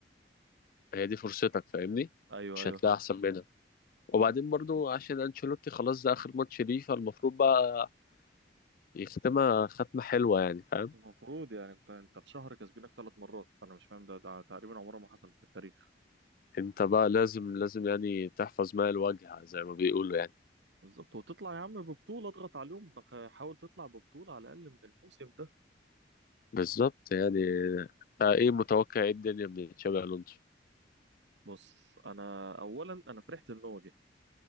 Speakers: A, on the left; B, on the right.
A: هي دي فرصتك فاهمني
B: ايوه
A: مش
B: ايوه
A: هتلاقي
B: فاهم
A: احسن منها وبعدين
B: مم.
A: برضو عشان انشيلوتي خلاص ده اخر ماتش ليه فالمفروض بقى يختمها ختمة حلوة يعني فاهم
B: المفروض يعني انت انت في شهر كسبينك ثلاث مرات انا مش فاهم ده, ده تقريبا عمره ما حصلت في التاريخ
A: انت بقى لازم لازم يعني تحفظ ماء الوجه زي ما بيقولوا يعني
B: بالظبط وتطلع يا عم ببطولة اضغط عليهم تخ- حاول تطلع ببطولة على الأقل من الموسم ده
A: بالظبط يعني آه، ايه متوقع ايه الدنيا من تشابي الونسو
B: بص أنا أولا أنا فرحت إن هو جه